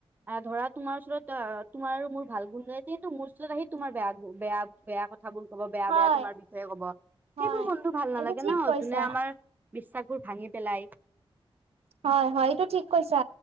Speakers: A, on the right; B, on the right.
A: অ', ধৰা তোমাৰ ওচৰত অ', তোমাৰো মোৰ ভাল গুন গাই যিহেতু মোৰ ওচৰত আহি তোমাৰ বেয়া, বেয়া, বেয়া কথা কথাবোৰ কব বেয়া,
B: হয়
A: বেয়া তোমাৰ বিষয়ে কব সেইবোৰ
B: হয়
A: বন্ধু ভাল নালাগে
B: এইটো ঠিক
A: ন
B: কৈছা
A: যোনে আমাৰ বিশ্বাসবোৰ ভাঙি পেলাই
B: হয়, হয় এইটো ঠিক কৈছা